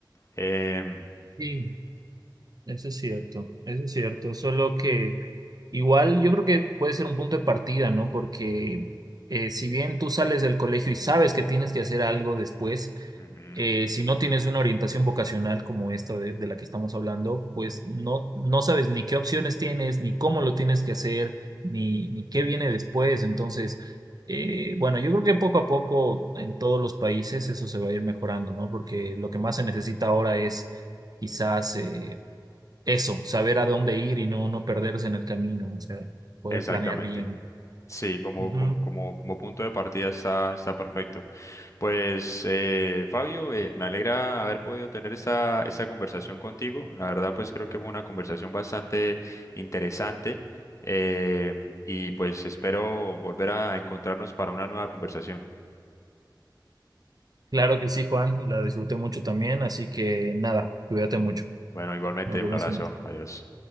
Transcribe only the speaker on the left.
Em,
ujú,
exactamente.
Sí, como,
como, como, como punto de partida está, está perfecto. Pues eh, Fabio, eh, me alegra haber podido tener esta, esta conversación contigo. La verdad, pues creo que fue una conversación bastante interesante eh, y pues espero volver a encontrarnos para una nueva conversación.
Bueno, igualmente,
un abrazo.
Adiós.